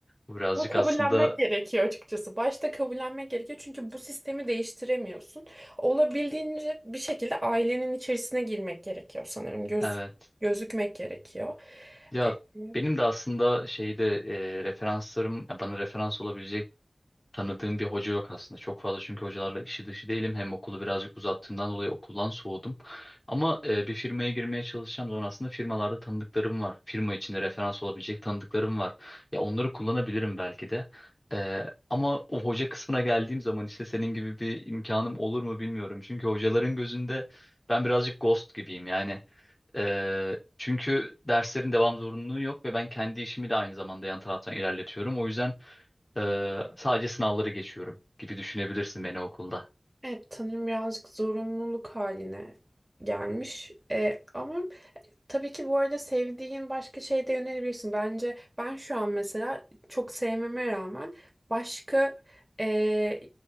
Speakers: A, on the left (about 30°); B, on the right (about 25°).
A: Bu birazcık
B: Bunu kabullenmek
A: aslında
B: gerekiyor açıkçası. Başta kabullenmek gerekiyor çünkü bu sistemi değiştiremiyorsun. Olabildiğince bir şekilde ailenin içerisine girmek gerekiyor sanırım. Göz,
A: evet.
B: gözükmek gerekiyor.
A: Ya
B: Evet
A: benim de aslında şeyde e, referanslarım ya bana referans olabilecek tanıdığım bir hoca yok aslında. Çok fazla çünkü hocalarla işi dışı değilim. Hem okulu birazcık uzattığımdan dolayı okuldan soğudum. Ama e, bir firmaya girmeye çalışacağım zaman aslında firmalarda tanıdıklarım var. Firma içinde referans olabilecek tanıdıklarım var. Ya onları kullanabilirim belki de. E, ama o hoca kısmına geldiğim zaman işte senin gibi bir imkanım olur mu bilmiyorum. Çünkü hocaların gözünde ben birazcık ghost gibiyim yani. E, çünkü derslerin devam zorunluluğu yok ve ben kendi işimi de aynı zamanda yan taraftan ilerletiyorum. O yüzden ee, sadece sınavları geçiyorum gibi düşünebilirsin beni okulda.
B: Evet, sanırım birazcık zorunluluk haline gelmiş. Ee, ama Tabii ki bu arada sevdiğin başka şeye de yönelebilirsin. Bence ben şu an mesela çok sevmeme rağmen başka eee,